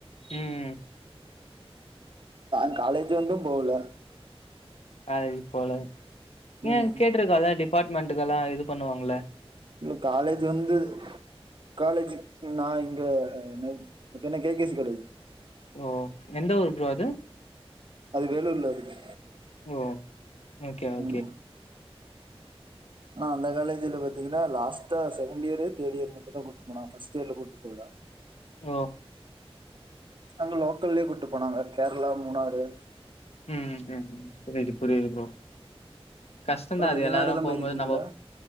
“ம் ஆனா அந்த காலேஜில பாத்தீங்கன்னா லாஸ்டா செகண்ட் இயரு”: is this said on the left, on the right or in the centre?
Right